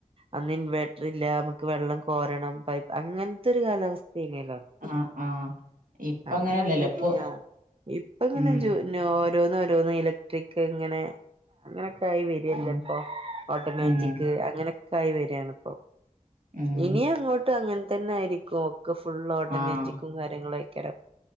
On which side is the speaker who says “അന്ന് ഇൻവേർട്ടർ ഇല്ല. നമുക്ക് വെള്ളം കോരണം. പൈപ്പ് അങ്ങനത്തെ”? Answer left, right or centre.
Right